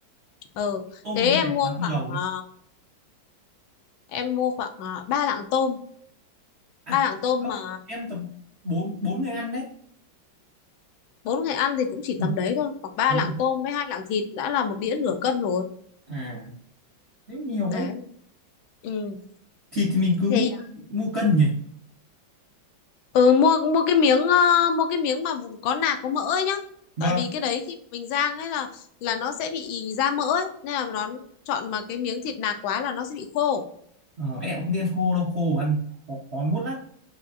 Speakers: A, on the left; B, on the right.
A: ờ
B: tôm
A: thế em
B: bên này
A: mua
B: toàn không
A: khoảng
B: đầu
A: ờ,
B: đấy
A: em mua khoảng ờ, ba lạng tôm
B: à
A: ba lạng tôm
B: đâu
A: mà
B: em tầm bốn bốn người ăn đấy
A: bốn người ăn thì cũng chỉ
B: ừ.
A: tầm đấy thôi khoảng ba
B: thế
A: lạng
B: là
A: tôm với hai lạng thịt đã là một đĩa nửa cân rồi
B: à nếu nhiều
A: đấy
B: thế
A: ừ
B: thịt thì mình cứ
A: thì
B: mua
A: ờ,
B: mua cân nhỉ
A: Ừ, mua mua cái miếng ờ, mua cái miếng mà có nạc có mỡ ấy nhá.
B: vâng
A: Tại vì cái đấy khi mình rang ấy là là nó sẽ bị ì ra mỡ ấy, nên là nó chọn mà cái miếng thịt nạc quá là nó sẽ bị khô.
B: ờ, em cũng không đi ăn khô đâu khô ăn khó, khó nuốt lắm